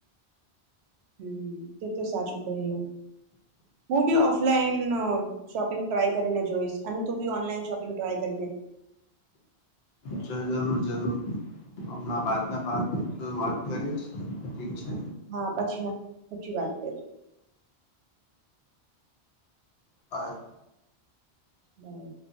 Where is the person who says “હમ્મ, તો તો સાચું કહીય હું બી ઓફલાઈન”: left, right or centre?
Right